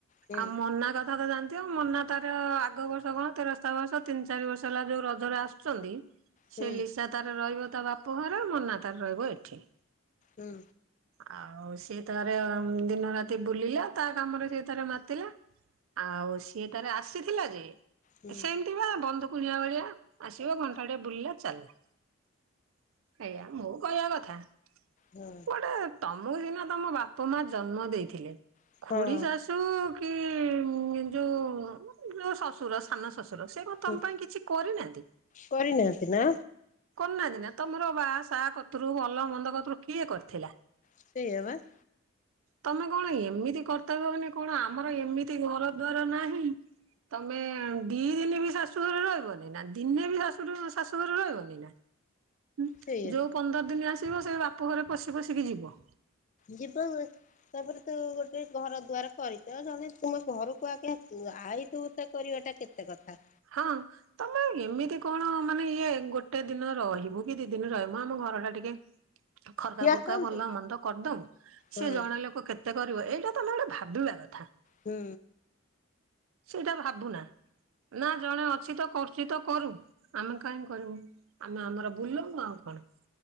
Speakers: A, on the left (about 35°); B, on the right (about 75°).
A: ହୁଁ
B: ଆଉ, ମନା କ ତମେ ତ ଜାଣିଥିବ ୲ମୁନା ତାର, ଆଗ ବର୍ଷ କଣ, ତେରସ୍ତା ବର୍ଷ, ତିନି ଚାରି ବର୍ଷ ହେଲା ୲ ଯୋଉ ରଜରେ, ଆସୁଛନ୍ତି ୲
A: ହୁଁ
B: ସେ, ଲିସା ତାର ରହିବ ୲ ତା ବାପଘର, ମୁଁନା ତାର ରହିବ ଏଠି ୲
A: ହୁଁ,
B: ଆଉ, ସିଏ ତାର ଦିନ, ରାତି ବୁଲିଲା ୲ ତା କାମରେ ସିଏ ତାର ମାତିଲା, ଆଉ ସିଏ ତାର ଆସିଥିଲା, ଯେ
A: ହୁଁ
B: ସେମିତି ବା, ବନ୍ଧୁ କୁଣିଆ ଭଳିଆ, ଆସିବ ଘଣ୍ଟାଟେ ବୁଲିଲା, ଚାଲିଲା ୲ ଆଜ୍ଞା ମୁଁ, କହିବା କଥା-
A: ହଁ,
B: ଗୋଟେ, ତମକୁ ସିନା ତମ ବାପା, ମା ଜନ୍ମ ଦେଇଥିଲେ ୲
A: ହଁ
B: ଖୁଡି, ଶାଶୁ କି ଯୋଉ, ଯୋଉ ଶଶୁର ସାନ, ସ ଶଶୁର, ସେ ତମ
A: ହଁ
B: ପାଇଁ, କିଛି କରିନାହାନ୍ତି?
A: କରିନାହାନ୍ତି ନା
B: କରୁନାହାନ୍ତି, ନା? ତମର ବା, ସା କତିରୁ ଭଲ, ମନ୍ଦ କତିରୁ କିଏ, କରି ଥିଲା ୲
A: ସେଇଆ ବା ୲
B: ତମେ କଣ ଏମିତି କର୍ତ୍ତବ୍ୟବନି କଣ ଆମର ଏମିତି ଘର ଦୁଆର ନାହିଁ। ତମେ ଦି ଦ ଦିନେ ବି ଶାଶୁଘରେ ରହିବନି ନା ଦିନେ ବି ଶାଶ ଶାଶୁଘରେ ରହିବନି ନା। ହୁଁ
A: ସେଇଆ
B: ଯୋଉ ପନ୍ଦର ଦିନ ଆସ ଆସିବ ସେଇ ବାପା ଘରେ ବସିି ବସିକି ଯିବ।
A: ଯିବ ତାପରେ ତୁ ଗୋଟେ ଘର ଦୁଆାର କରିଛ ଜଣେ ତୁମ ଘରକୁ ଆଗେ ଆସୁ ଆଇ ତୁ ତ କରିବା ଟା କେତେ କଥା।
B: ହଁ ତମେ ଏମିତି କଣ ମାନେ ଇଏ ଗୋଟେ ଦିନ ରହିବୁ କି ଦି ଦିନ ରହିବୁ ଆମ ଘରଟା ଟିକେ ଖରକା
A: କିଏ ଆସନ୍ତି?
B: ଫୁର୍କା ଭଲ ମନ୍ଦ କରିଦଉ
A: ହଁ
B: ସି ଜଣେ ଲୋକ କେତେ କରିବ ଏଇଟା ତୁମେ ଗୋଟେ ଭାବିବା କଥା।
A: ହୁଁ।
B: ସେଇଟା ଭାବୁ ନା ନା ଜଣେ ଅଛି ତ କରୁଛି ତ କରୁ। ଆମେ କାହିଁ କରିବୁ। ଆମେ ଆମର ବୁଲମୁ ଆଉ କଣ?